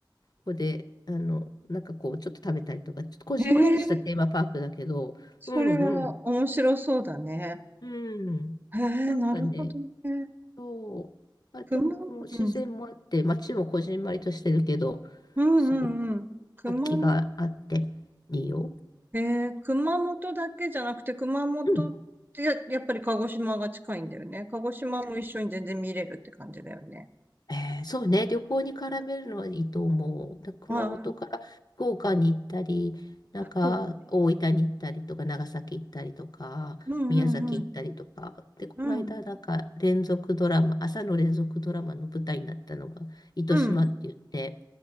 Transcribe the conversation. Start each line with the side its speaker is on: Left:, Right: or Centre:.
Left: ここで、あの、なんかこう、ちょっと食べたりとか、ちょっとこじんまりしたテーマパークだけど、
Right: えー、それは面白そうだね。
Left: うんうん、うん。
Right: えー、
Left: なんかね、
Right: なるほどね。
Left: そう。あ、
Right: 熊、
Left: でも、この自然もあって、
Right: うん、
Left: 街もこじんまりとしてるけど、
Right: うんうんうん。
Left: すごく
Right: 熊
Left: 活気があって、いいよ。
Right: えー、熊本だけじゃなくて、熊本ってや、
Left: うん。
Right: やっぱり鹿児島が近いんだよね。鹿児島も一緒に全然見れるって感じだよね。
Left: えーそうね、旅行に絡めるのはいいと思う。だ熊本から福岡に行ったり、
Right: ああ、
Left: なんか大分に行ったりとか、
Right: そうかね。
Left: 長崎行ったりとか、
Right: うんうんうん。
Left: 宮崎行ったりとか。で、この間、
Right: うん。
Left: なんか連続ドラマ、朝の連続ドラマの舞台になったのが、糸島って言って、
Right: うん。